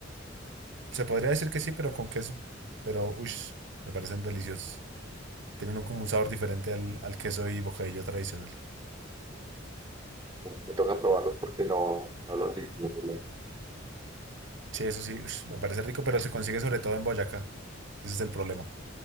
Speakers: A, on the right; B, on the right.
A: Se podría decir que sí, pero con queso. Pero, uy, me parecen deliciosos. Tienen un, como un sabor diferente al, al queso y bocadillo tradicional.
B: me toca probarlos porque no, no los distingo bien.
A: Sí, eso sí, ush, me parece rico, pero se consigue sobre todo en Boyacá. Ese es el problema.